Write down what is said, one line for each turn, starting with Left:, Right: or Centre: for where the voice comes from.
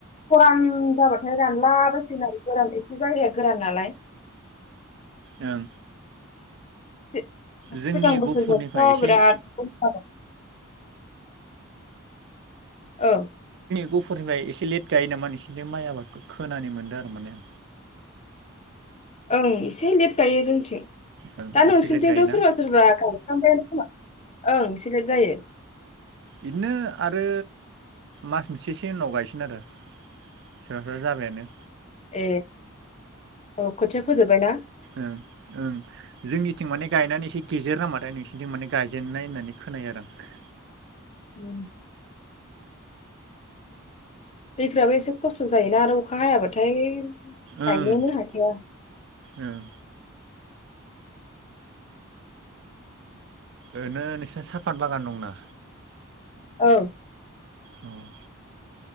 Left: खरान जाबाथाय रानला बाय सिनाय गोरान एसे जायगाया गोरान नालाय।
Right: <inaudible> ओं।
Left: सि-
Right: जोंनि
Left: सिगां बोसोरबोथ'
Right: गफुरनिफ्राय एसे
Left: बिराद औ। औ।
Right: गफुरनिफाय एसे लेट गायो नामा नोंसोनिथिं माइ आबादखो खोनानो मोनदो आरो माने।
Left: ओं इसे लेट गायो जोंथिं।
Right: आं
Left: दा नोंसिनिथिंथ'
Right: एसे लेट गायोना
Left: सोरबा सोरबा गायखांबायानो खोमा ओं एसे लेट जायो।
Right: इदिनो आरो मास मोनसेसोनि उनाव गायसिगोन आरो। सोबा सोबा जाबायानो।
Left: ए औ खोथिया फोजोबबाय ना?
Right: ओं ओं जोंनिथिं माने गायनानै एसे गेजेर नांबाथाय नोंसिनिथिं माने गायजेननाय होननानै खोनायो आरो आं।
Left: उम दैफोराबो एसे खस्थ' जायोना आरो अखा हायाबाथाय
Right: ओं
Left: गायनोनो हाखाया।
Right: ओं ओरनो नोंसिना साफात बागान दंना
Left: औ।
Right: अह।